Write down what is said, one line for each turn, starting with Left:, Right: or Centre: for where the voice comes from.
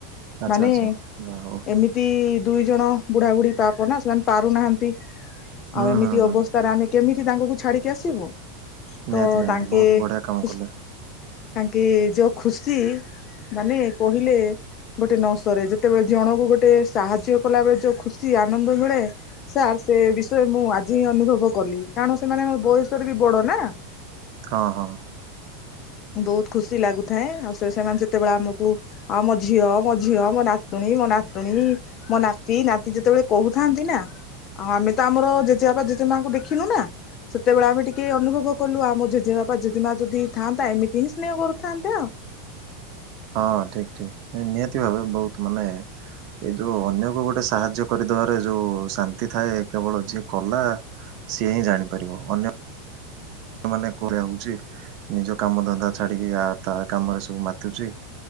Right: ଆଚ୍ଛା
Left: ମାନେ
Right: ଆଚ୍ଛା ଯା ହଉ
Left: ଏମିତି ଦୁଇ ଜଣ ବୁଢ଼ା ବୁଢ଼ୀ ପାପ ନା ସେମାନେ ପାରୁନାହାନ୍ତି
Right: ହୁଁ
Left: ଆଉ ଏମିତି
Right: ହୁଁ ହୁଁ।
Left: ଅବସ୍ଥାରେ ଆମେ କେମିତି ତାଙ୍କୁକୁ ଛାଡିକି ଆସିବୁ। ତ
Right: ନିହାତି ନିହାତି
Left: ତାଙ୍କେ
Right: ବହୁତ ବଢ଼ିଆ କାମ
Left: ଖୁସ୍
Right: କଲେ।
Left: ତାଙ୍କେ ଯୋଉଁ ଖୁସି ମାନେ କହିଲେ ଗୋଟେ ନ ସରେ ଯେତେବେଳେ ଜଣକୁ ଗୋଟେ ସାହାଯ୍ୟ କଲା ବେଳେ ଯୋଉଁ ଖୁସି ଆନନ୍ଦ ମିଳେ ସେ ବିଷୟ ମୁଁ ଆଜି ହିଁ ଅନୁଭବ କଲି କାରଣ ସେମାନେ ବୟସରେ ବି ବଡ଼ ନା।
Right: ହଁ ହଁ।
Left: ବହୁତ ଖୁସି ଲାଗୁଥାଏ ଆଉ ସେ ସେମାନେ ଯେତେବେଳେ ଆମକୁ ଆମ ଝିଅ ମୋ ଝିଅ ମୋ ନାତି ତୁଣୀ ମୋ ନାତୁଣୀ ମୋ ନାତି ନାତି ଯେତେବେଳେ ଆଉ ଆମେ ତ ଆମର ଜେଜେ ବାପା ଜେଜେ ମାଙ୍କୁ ଦେଖିଲୁ ନା? ସେତେବେଳେ ଆମେ ଟିକେ ଅନୁଭବ କଲୁ ଆମ ଜେଜେବାପା ଜେଜେମା ଯଦି ଥାନ୍ତା ଏମିତି ହିଁ ସ୍ନେହ କରୁଥାନ୍ତେ ଆଉ
Right: ହଁ ଠିକ ଠିକ ନିହାତି ଭାବେ ବହୁତ ମାନେ ଏଇ ଯୋଉଁ ଅନ୍ୟକୁ ଗୋଟେ ସାହାଯ୍ୟ କରିଦବାରେ ଯୋଉଁ ଶାନ୍ତି ଥାଏ କେବଳ ଯିଏ କଲା। ସିଏ ହିଁ ଜାଣିପାରିବ ଅନ୍ୟ ଅନ୍ୟମାନେ <unintelligible> ହଉଛି ନିଜ କାମ ଧନ୍ଦା ଛାଡିକି ଆ ତା କାମରେ ସବୁ ମାତୁଛି।